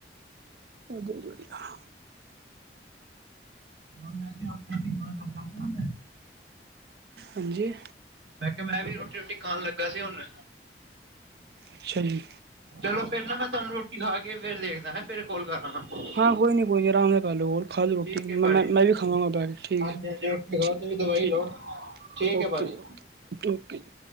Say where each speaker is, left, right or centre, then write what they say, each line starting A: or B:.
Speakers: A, on the right; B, on the right.
A: ਭਾਜੀ ਵਧੀਆ।
B: ਹੁਨ ਮੈਂ ਵੀ, ਹੁਨ ਮੈਂ ਵੀ ਖਾਣ ਲੱਗਾ ਸੀ ਨਾ ਮੈਂ।
A: ਹਾਂਜੀ
B: ਮੈਂ ਕੇਆ ਮੈਂ ਵੀ ਰੋਟੀ-ਰੁਟੀ ਖਾਨ ਲੱਗਾ ਸੀ ਹੁਨ।
A: ਅੱਛਾ ਜੀ।
B: ਚਲੋ ਫੇਰ ਨਾ ਮੈਂ ਤਾਨੂੰ ਰੋਟੀ ਖਾ ਕੇ ਫੇਰ ਦੇਖਦਾ ਫੇਰ ਕੌਲ ਕਰਲਾ ਗਾ।
A: ਹਾਂ ਕੋਈ ਨੀਂ ਕੋਈ ਨੀ ਆਰਾਮ ਨਾਲ ਕਰਲੋ ਕੌਲ ਖਾ ਲੋ ਰੋਟੀ
B: ਠੀਕ ਹੈ
A: ਮੈਂ
B: ਭਾਜੀ
A: ਮੈਂ ਮੈਂ ਵੀ ਖਾਵਾਂਗਾ ਪੈ ਕੇ ਠੀਕ
B: ਹਾਂਜੀ
A: ਏ
B: ਹਾਂਜੀ ਰੋਟੀ ਖਾਓ
A: ਠੀਕ
B: ਤੁਸੀਂ ਦਵਾਈ
A: ਠੀਕ
B: ਲਓ
A: ਏ
B: ਠੀਕ ਹੈ
A: ਓਕੇ
B: ਭਾਜੀ
A: ਜੀ ਓ ਓਕੇ ਜੀ